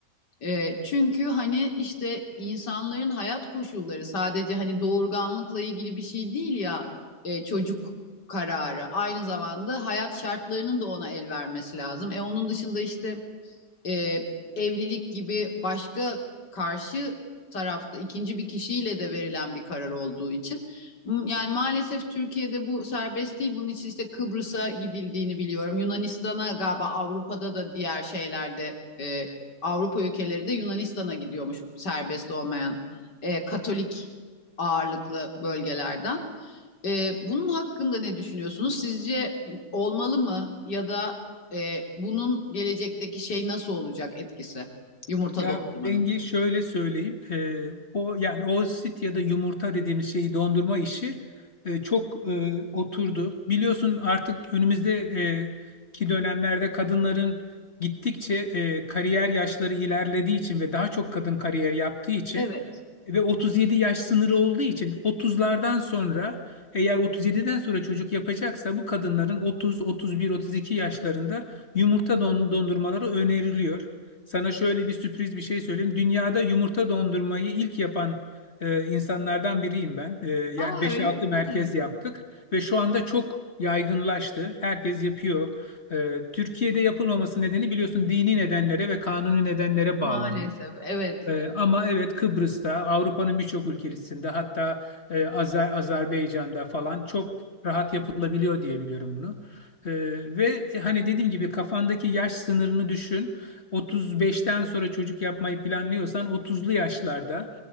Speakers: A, on the left (about 80°); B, on the left (about 40°).
A: E, çünkü hani işte insanların hayat koşulları sadece hani doğurganlıkla ilgili bir şey değil ya e, çocuk kararı. Aynı zamanda hayat şartlarının da ona el vermesi lazım. E onun dışında işte e, evlilik gibi başka karşı tarafta ikinci bir kişiyle de verilen bir karar olduğu için. Yani maalesef Türkiye'de bu serbest değil. Bunun için işte Kıbrıs'a gidildiğini biliyorum. Yunanistan'a galiba Avrupa'da da diğer şeylerde e, Avrupa ülkeleri de Yunanistan'a gidiyormuş serbest olmayan e, Katolik ağırlıklı bölgelerden. Ee, bunun hakkında ne düşünüyorsunuz? Sizce olmalı mı ya da e, bunun gelecekteki şey nasıl olacak etkisi yumurta
B: Ya
A: doldurmanın?
B: denge şöyle söyleyeyim. Ee, o yani o sit ya da yumurta dediğimiz şeyi dondurma işi e, çok e, oturdu. Biliyorsun artık önümüzdeki ki dönemlerde kadınların gittikçe e, kariyer yaşları ilerlediği için ve daha çok kadın kariyer yaptığı için
A: Evet.
B: ve 37 yaş sınırı olduğu için 30'lardan sonra eğer 37'den sonra çocuk yapacaksa bu kadınların 30, 31, 32 yaşlarında yumurta don- dondurmaları öneriliyor. Sana şöyle bir sürpriz bir şey söyleyeyim. Dünyada yumurta dondurmayı ilk yapan e, insanlardan biriyim ben. E, yani
A: Aa
B: 5-6
A: öyle
B: merkez
A: mi?
B: yaptık ve şu anda çok yaygınlaştı. Herkes yapıyor. E, Türkiye'de yapılmaması nedeni biliyorsun dini nedenlere ve kanuni nedenlere bağlanıyor.
A: Maalesef evet
B: Ee, ama evet Kıbrıs'ta, Avrupa'nın birçok ülkesinde hatta e, Azer- Azerbaycan'da falan çok rahat yapılabiliyor diye biliyorum bunu. Ee, ve e, hani dediğim gibi kafandaki yaş sınırını düşün. 35'ten sonra çocuk yapmayı planlıyorsan 30'lu yaşlarda